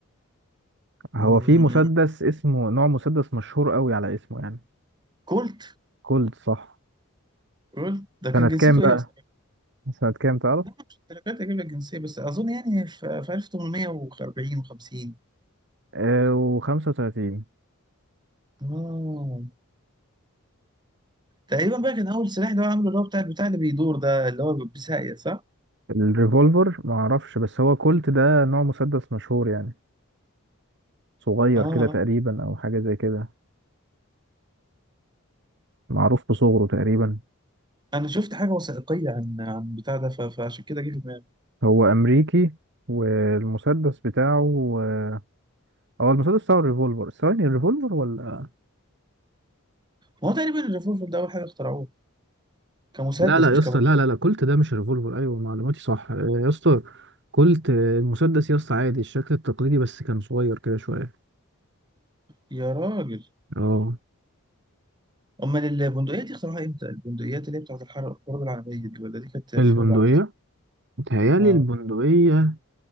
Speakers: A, on the right (about 55°); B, on the right (about 20°).
A: هو
B: م-
A: في مسدس
B: م-
A: اسمه نوع مسدس مشهور قوي على اسمه يعني
B: كولت
A: كولد صح
B: كولت ده كان
A: سنة كام
B: جنسيته
A: بقى
B: ايه اصلا
A: سنة كام تعرف
B: لا، مش التلاتات اجيب لك جنسيه بس اظن يعني في في 1840 و50
A: آه وخمسة وتلاتين
B: اه تقريبا بقى كان اول سلاح اللي هو عامله اللي هو بتاع البتاع اللي بيدور ده اللي هو بساقية صح؟
A: الريفولفر معرفش بس هو كولت ده نوع مسدس مشهور يعني صغير
B: اه آه.
A: كده تقريبا أو حاجة زي كده معروف بصغره تقريبا
B: انا شفت حاجه وثائقيه عن عن بتاع ده ف- فعشان كده جه في دماغي
A: هو أمريكي والمسدس بتاعه آه، هو المسدس بتاعه الريفولفر ثواني الريفولفر ولا
B: ما هو تقريبا الريفولفر ده اول حاجه اخترعوه كمسدس
A: لا لا
B: مش
A: يا اسطى
B: كبندقيه
A: لا لا لا كولت ده مش ريفولفر ايوه معلوماتي صح آه، يا اسطى كولت آه، المسدس يا اسطى عادي الشكل التقليدي بس كان صغير كده شويه
B: يا راجل
A: اه
B: امال البندقيه دي اخترعوها امتى؟ البندقيات اللي هي بتاعت الحرب الحرب العالميه دي ولا دي كانت فيما
A: البندقيه
B: بعد؟
A: متهيألي
B: اه
A: البندقيه